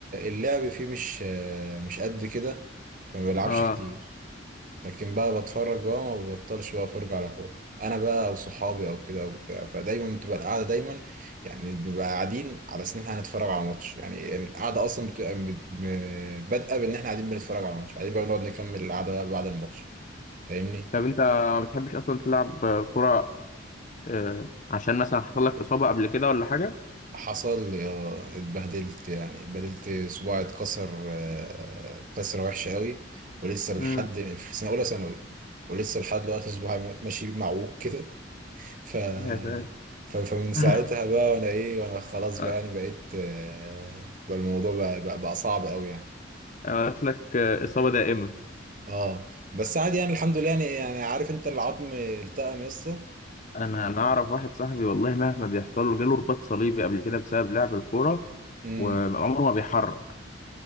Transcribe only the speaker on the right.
اللعب فيه مش مش قد كده فما بلعبش
كتير لكن بقى بتفرج بقى ما ببطلش بقى افرج على كورة انا بقى او صحابي او كده او بتاع فدايما بتبقى القعده دايما يعني بنبقى قاعدين على اساس ان احنا هنتفرج على ماتش يعني يعني القعده اصلا بتبقى مت- م- بادئه بان احنا قاعدين بنتفرج على ماتش بعدين بقى بنقعد نكمل القعده بقى بعد الماتش فاهمني
حصل يا اتبهدلت يعني اتبهدلت صباعي اتكسر آه، كسره وحشه قوي ولسه لحد
في سنه اولى ثانوي ولسه لحد دلوقتي صباعي ماشي معوج كده ف...
ف... فمن ساعتها
بقى وانا ايه وانا خلاص
بقى يعني بقيت آه، بقى الموضوع بقى بقى, بقى صعب قوي يعني
اه بس عادي يعني الحمد لله يعني يعني عارف انت العظم التئم يا اسطى
امم